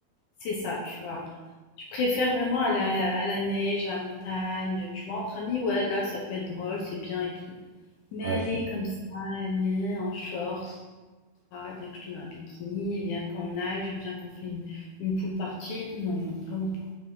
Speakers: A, on the left; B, on the right.
A: C'est ça, tu vois. Je préfère vraiment aller à la, à la neige, à la montagne, tu vois, entre amis, ouais, là, ça peut être drôle, c'est bien et tout. Mais
B: Ouais,
A: aller
B: je suis,
A: comme ça, gna, en short, ah, viens que je te mets un bikini, viens qu'on nage, viens qu'on fait une, une pool party. Non, non, vraiment pas.